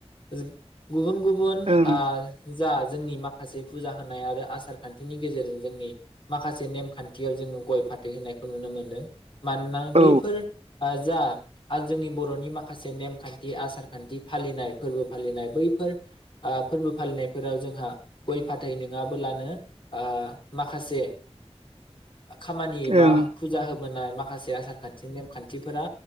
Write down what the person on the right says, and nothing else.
ओं
औ
ओं